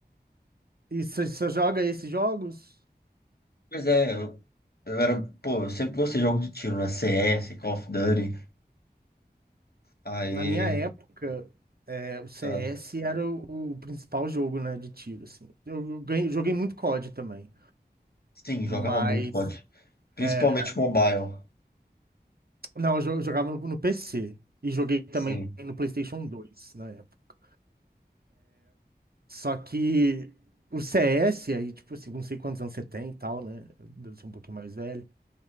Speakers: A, on the right; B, on the left.
A: E você você joga esses jogos?
B: Pois é, eu Eu era, pô, eu sempre gostei de jogos de tiro, né? CS, Call of Duty. Aí,
A: Na minha época, é, o CS
B: ah,
A: era o, o principal jogo, né, de tiro, assim. Eu ganhei- joguei muito COD também,
B: sim,
A: mas...
B: jogava muito COD. Principalmente
A: é,
B: mobile.
A: Não, eu jo- eu jogava no, no PC e joguei também
B: Sim,
A: no PlayStation 2 na época. Só que o CS, aí, tipo assim, não sei quantos anos você tem e tal, né? Deve ser um pouquinho mais velho.